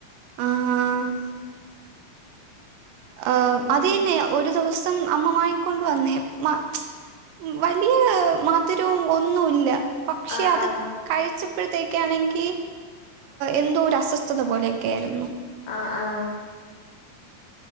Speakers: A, on the right; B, on the left.
A: ആഹ് ആഹ്
B: പിന്നെ
A: അതെന്നെ ഒരു ദിവസം അമ്മമാങ്ങിക്കൊണ്ട് വന്നേ മ്മ ഉം വലിയ മധുരവുംഒന്നുല്ല പക്ഷേ
B: ആഹ്
A: അത്
B: ആഹ്
A: കഴിച്ചപ്പോഴ്ത്തേക്കാണെങ്കി എന്തോ ഒരു അസ്വസ്ഥതപോലെക്കെയിരുന്നു.
B: ആഹ് ആഹ്